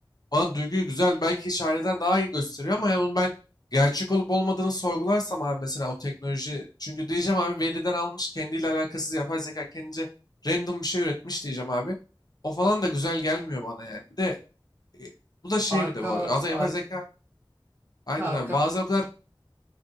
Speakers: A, on the left; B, on the right.
A: bana duyguyu güzel belki şairden daha iyi gösteriyor ama yani onu ben gerçek olup olmadığını sorgularsam abi mesela o teknoloji çünkü diyeceğim abi veriden almış kendiyle alakasız yapay zeka kendince random bir şey üretmiş diyeceğim abi. O falan da güzel gelmiyor bana yani. Bir de e, bu da şey
B: Arka,
A: bir de bu arada zaten
B: arka,
A: yapay zeka aynen
B: arka
A: abi bazen o kadar